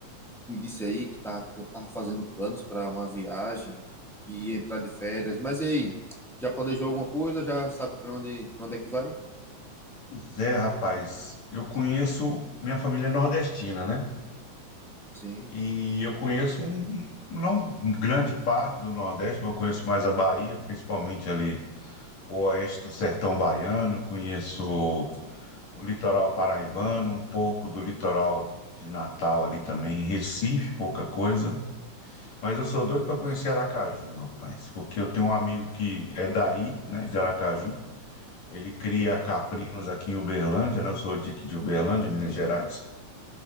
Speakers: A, in the centre; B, on the left (about 65°).
A: me disse aí que tava, tava fazendo planos para uma viagem, que ia entrar de férias. Mas e aí? Já planejou alguma coisa? Já sabe para onde, para onde é que vai?
B: Pois é, rapaz, eu conheço, minha família é nordestina, né?
A: Sim,
B: E eu conheço um, não um grande parte do Nordeste, mas eu conheço mais a Bahia, principalmente ali o oeste do sertão baiano, conheço
A: Sim.
B: o litoral paraibano, um pouco do litoral de Natal ali também, Recife, pouca coisa. Mas eu sou doido para
A: sim,
B: conhecer
A: sim,
B: Aracaju, rapaz, porque eu tenho um amigo que é daí, né, de Aracaju. Ele cria
A: sim,
B: caprinos aqui em Uberlândia, né? Eu sou de aqui de Uberlândia, Minas Gerais.